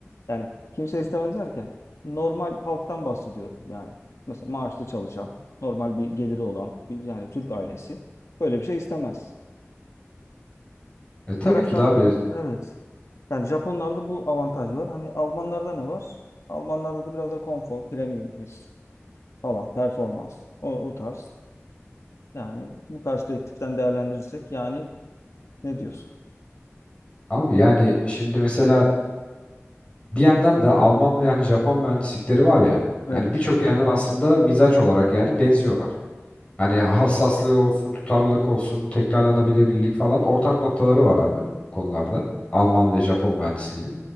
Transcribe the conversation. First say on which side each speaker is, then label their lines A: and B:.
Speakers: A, on the left; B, on the left.
A: Yani kimse istemez derken normal halktan bahsediyorum yani. Mesela maaşlı çalışan, normal bir geliri olan bir yani Türk ailesi böyle bir şey istemez.
B: E tabii
A: Bir taraftan
B: ki de abi
A: da evet. Yani Japonlarda bu avantaj var. Hani Almanlarda ne var? Almanlarda da biraz da konfor, premium his falan, performans. O, o tarz. Yani bu perspektiften değerlendirirsek yani ne diyorsun?
B: Abi yani şimdi mesela bir yandan da Alman ve hani Japon mühendislikleri var ya.
A: Evet.
B: Yani birçok yandan aslında mizaç olarak yani benziyorlar. Hani hassaslığı olsun, tutarlılık olsun, tekrarlanabilirlik falan ortak noktaları var abi bu konularda. Alman ve Japon mühendisliğinin.